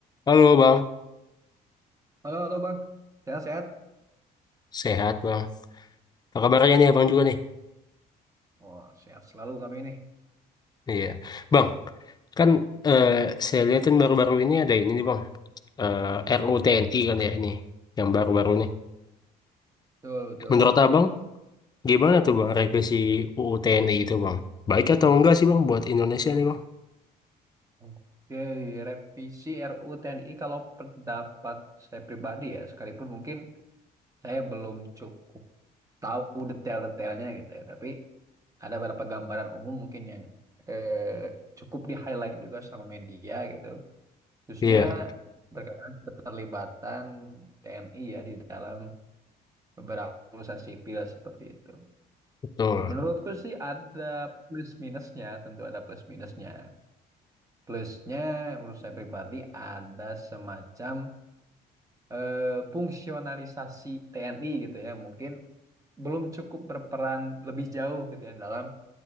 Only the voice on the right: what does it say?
Halo, halo Bang. Sehat-sehat?
Wah, sehat selalu kami ini.
Betul, betul.
Oke, revisi R U T N I kalau pendapat saya pribadi ya, sekalipun mungkin saya belum cukup tahu detail-detailnya gitu ya, tapi ada beberapa gambaran umum mungkin yang eh, cukup di-highlight juga sama media gitu. Khususnya
berkaitan keterlibatan TNI ya di dalam beberapa urusan sipil seperti itu.
Menurutku sih ada plus minusnya, tentu ada plus minusnya. Plusnya menurut saya pribadi ada semacam eh, fungsionalisasi TNI gitu ya, mungkin belum cukup berperan lebih jauh gitu ya dalam